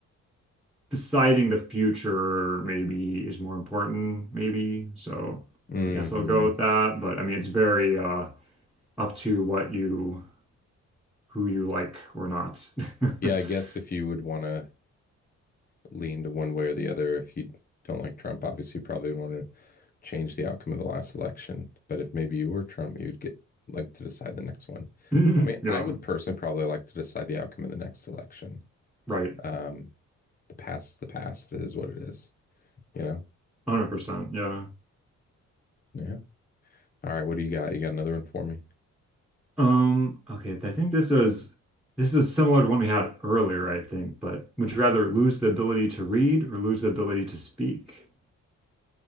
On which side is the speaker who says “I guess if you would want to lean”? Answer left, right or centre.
Left